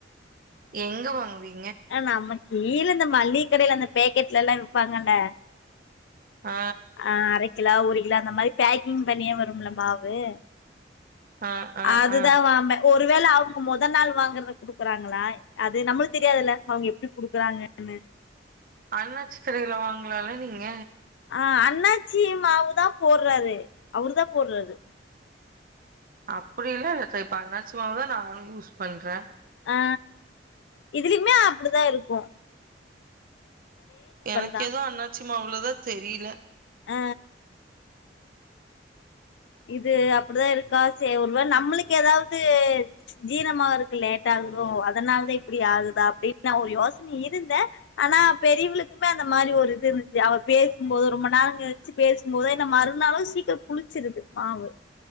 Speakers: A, on the right (about 50°); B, on the left (about 70°).
A: எங்க வாங்குவி
B: ஆ நம்ம கீழ இந்த மள்ளிக கடைல அந்த பேக்கெட்லலா விப்பாங்கல்ல
A: ஆ
B: ஆ அரக்கிலொ ஒரு கிலோ அந்த மாரி பேக்கிங் பண்ணியே வரும்ல மாவு
A: ஆ ஆ
B: அதுதா
A: ஆ
B: வாம்ப ஒருவேள அவங்க மொத நாள் வாங்கறத குடுக்குறாங்களா அது நம்மளு தெரியாதுல்ல அவங்க எப்டி குடுக்குறாங்கன்னு
A: அண்ணாச்சி கடைல வாங்கலால்ல நீங்க
B: ஆ அண்ணாச்சி மாவுதா போட்றாரு அவரு தா போடுறாரு
A: அப்டியெல்லா வெச்சே பண்ணாச்சு மாவ்தா நானூ யூஸ் பண்றே
B: ஆ இதிலுமே அப்டிதா இருக்கூ
A: எனக்கு
B: தா
A: எதுவு அண்ணாச்சி மாவ்லதா தெரியல
B: அ இது அப்டிதா இருக்கா சே ஒருவ நம்மளுக்கு ஏதாவ்து ஜீரமா ஆகறக்கு லேட்டாகுதோ அதனால் தா இப்டி ஆகுதா அப்டின் நா ஒரு யோசன இருந்த ஆனா பெரியவளுக்குமே அந்த மாரி ஒரு இது இருந்து அவ பேசும்போது ரொம்ப நேரோ கழிச்சு பேசும்போது என்ன மறுநாளு சீக்கரம் புளிச்சிருது மாவு